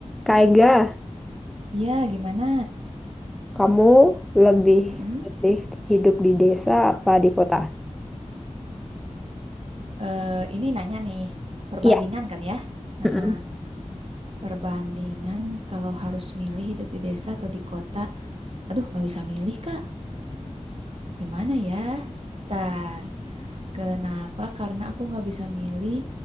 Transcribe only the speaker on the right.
Iya, gimana?
Mm-mm.
Eh, ini nanya nih, perbandingan
kan ya? Heeh,
perbandingan kalau harus milih hidup di desa atau di kota. Aduh, nggak bisa milih, Kak. Gimana ya? Ntar, kenapa? Karena aku nggak bisa milih.